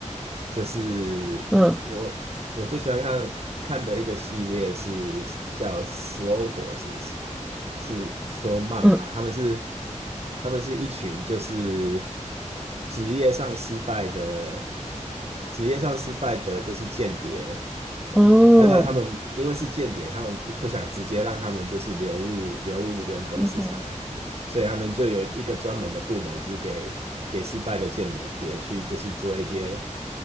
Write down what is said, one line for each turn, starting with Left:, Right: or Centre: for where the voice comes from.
Right: 就是我我最喜欢看看的一个系列是叫
Centre: 嗯
Right: Slow Horses，是说慢马，
Centre: 嗯，
Right: 他们是他们是一群就是职业上失败的职业上失败的就是间谍。
Centre: 哦，
Right: 啊，那他们因为是间谍，他们不不想直接让他们就是流入流入人工市场啊，
Centre: 嗯哼，
Right: 所以他们就有一个专门的部门是给给失败的间谍去，就是做一些